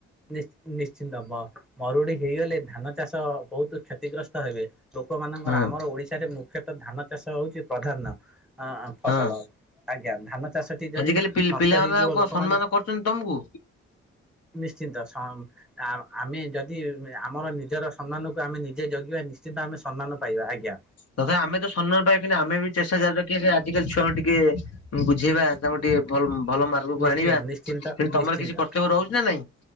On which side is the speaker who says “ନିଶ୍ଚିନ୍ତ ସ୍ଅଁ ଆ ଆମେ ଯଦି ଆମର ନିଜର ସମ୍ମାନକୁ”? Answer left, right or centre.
Centre